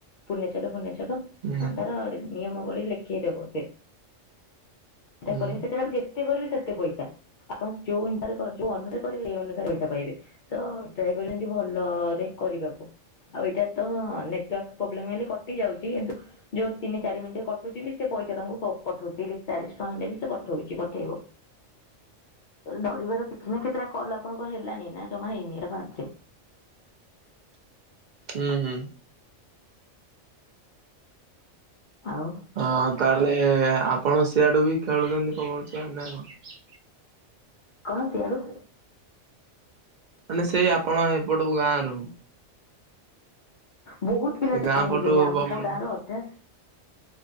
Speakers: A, on the left; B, on the right.
A: ପୁନେଚ୍ଛେଦ ଫୁନେଛେ - ତ
B: ହୁଁ
A: ମାନେ ତାର ନିୟମ ଭଳି ଲେଖେଇଦବ ସେ ସେଟା
B: ହୁଁ
A: କରିବେ ସେଟା ଯେତେ କରିବେ ସେତେ ପଇସା ଆପଣ ଯୋଉଁ ଯୋଉ ଅନୁସାରେ କରିବେ ଏଇ ଅନୁସାରେ ପଇସା ପାଇବେ ତ ଟ୍ରାଏ କରିବେ ଭଲରେ କରିବାକୁ। ଆଉ ଏଇଟା ତ ନେଟୱାର୍କ ପ୍ରୋବ୍ଲେମ ହେଲେ କଟି ଯାଉଛି କିନ୍ତୁ ଯୋଉ ତିନି ଚାରି ମିନିଟ କଟୁଛି ବି ସେ ପଇସା ତମକୁ ପ-ପଠଉ ତିରିଶ ଚାଳିଶ ଟଙ୍କା ହେଲେ ବି ସେ ପଠଉଛି, ପଠେଇବ। ଡରିବାର କିଛି ନା କେତେଟା କଲ ଆପଣଙ୍କର୍ ହେଲାଣି ନା ଜମା ହେଇନି, ଏଇଟା ଫା <unintelligible>
B: ହୁଁ ହୁଁ।
A: ଆଉ
B: ହଁ ତାହେଲେ ଆପଣ ସିଆଡୁ ବି ଖେଳୁଛନ୍ତି <unintelligible> ନା କଣ?
A: କଣ ସିଆଡୁ?
B: ମାନେ ସେଇ ଆପଣ ଏପଟୁ ଗାଁ ରୁ?
A: ବହୁତ ପିଲା
B: ସେ ଗାଁ
A: <inaudible> ହେଇଛନ୍ତି
B: ପଟୁ
A: ଆମ
B: ପବନ
A: ଗାଁ
B: ହଁ
A: ର ଅଧେ